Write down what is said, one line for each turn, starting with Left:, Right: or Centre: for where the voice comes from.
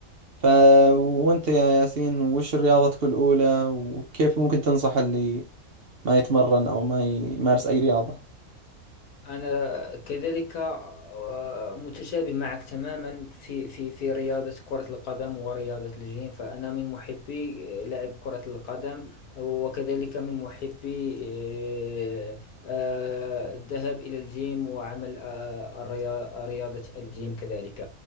Right: ف وأنت يا ياسين وش رياضتك الأولى وكيف ممكن تنصح اللي ما يتمرن أو ما يمارس أي رياضة
Left: أنا كذلك آه، متشابه معك تماما في في في رياضة كرة القدم ورياضة الجيم فأنا من محبي آه، لعب كرة القدم وكذلك من محبي آه، آه، الذهاب إلى الجيم وعمل آه، الريا- رياضة الجيم كذلك